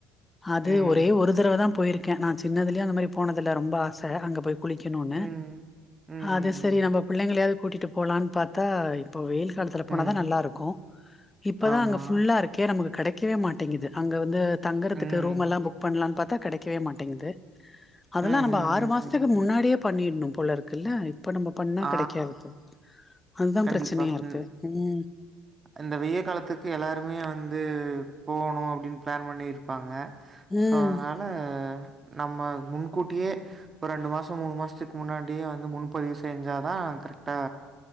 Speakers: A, on the left (about 15°); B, on the right (about 30°).
A: அது
B: ம்.
A: ஒரே ஒரு தடவதா போயிருக் கே நா சின்னதுலேயே அந்த மாரி போனது இல்ல ரொம்ப ஆச அங்க போய் குளிக்கெணுன்னு
B: ம். ம். ம்.
A: அது செரி
B: ம்.
A: நம்ம பிள்ளெங்களயாவது கூட்டிட்டு போலான்னு பாத்தா இப்ப வெயில் காலத்துல போன தா
B: ம்.
A: நல்லா இருக்கு இப்பதா
B: ஆமா.
A: அங்க ஃபுல்லா இருக்கே நமக்கு கடைக்கவே மாட்டேங்குது அங்க வந்து தங்குறதுக்கு
B: ம்.
A: ரூம் எல்லா புக் பண்ணலான்னு பாத்தா கடைக்கவே மாட்டேங்குது அதெல்லா
B: ம், ம்,
A: நம்ப ஆறு
B: ம்,
A: மாசத்துக்கு
B: ம்.
A: முன்னாடியே பண்ணிற்னு போல இருக்குல்ல இப்ப நம்ப பண்ணா
B: ஆ
A: கடைக்காது அதுதா
B: கண்டிப்பா.
A: பிரச்சனயா இருக்கு
B: ம்.
A: ம்
B: இந்த வெய்ய காலத்துக்கு எல்லாருமே வந்து போணு அப்டின்னு பிளான் பண்ணிருப்பாங்க
A: ம்
B: சோ அதனால நம்ம முன்கூட்டியே ஒரு ரெண்டு மாசோ மூனு மாசத்துக்கு முன்னாடியே வந்து முன்பதிவு செஞ்சாதா கரக்ட்டா